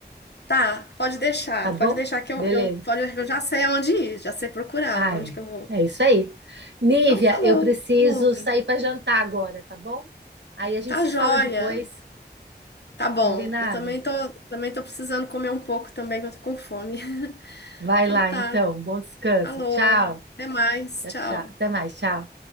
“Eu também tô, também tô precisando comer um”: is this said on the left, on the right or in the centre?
Left